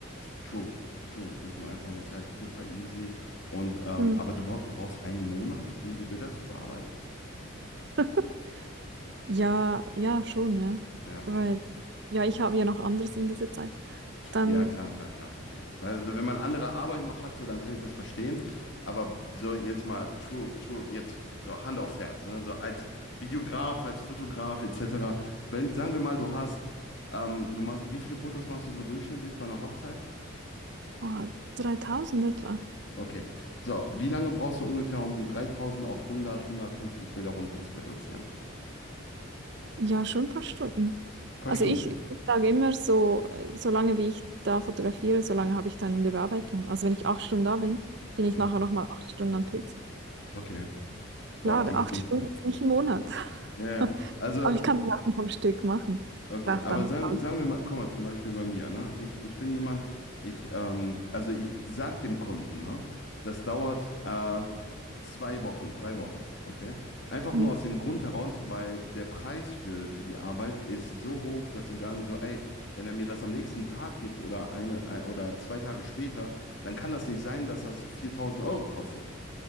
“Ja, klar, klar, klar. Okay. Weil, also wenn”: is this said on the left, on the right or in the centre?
Left